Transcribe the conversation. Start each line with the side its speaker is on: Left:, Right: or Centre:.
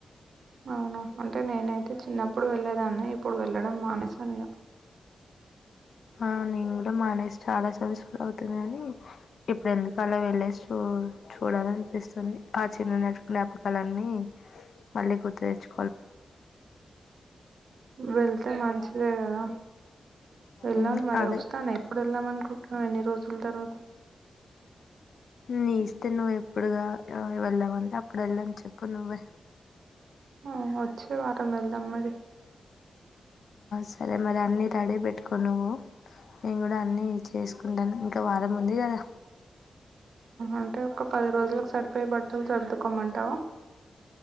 Right: అవున అంటే నేనైతే చిన్నప్పుడు వెళ్లేదాన్న ఇప్పుడు వెళ్ళడం మానేసనిగా
Left: ఆ నేను కూడా మానేసి చాలా సంవ అవుతుంది కాని ఇప్పుడు ఎందుకు అలా వెళ్లేేసి చూ చూడాల అనిపిస్తుంది ఆ చిన్న నాటి జ్ఞాపకాలన్నీ మళ్ళీ గుర్తు తెచ్చు
Right: వెళ్తే మంచిదే కదా వెళ్ళాలి
Left: ఉమ్,
Right: మర
Left: అదే
Right: వస్తాను ఎప్పుడు వెళ్దాం అనుకుంటున్నాం ఎన్ని రోజుల తర్వాత
Left: నీ ఇష్టం నువ్వు ఎప్పుడుగా వెళ్దామంటే అప్ ఏప్పుడు వెళ్ళం చెప్పు నువ్వే
Right: ఆ వచ్చే వారం వెళ్దాం మరి
Left: సరే మరీ అన్ని రెడీ పెట్టుకో నువ్వు నేను కూడా అన్ని చేసుకుంటా ఇంకా వారం ఉంది కదా
Right: అంటే ఒక పది రోజులకు సరిపోయే బట్టలు సరుదుకోమంటావా